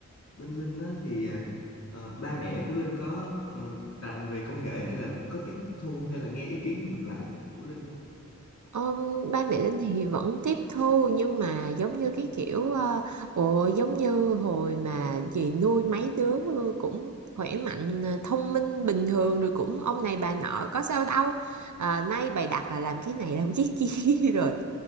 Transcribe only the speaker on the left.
bên Linh á, thì à, ờ, ba mẹ của Linh có ờ, rành về công nghệ hay là có tiếp thu hay là nghe ý kiến ngược lại của Linh không?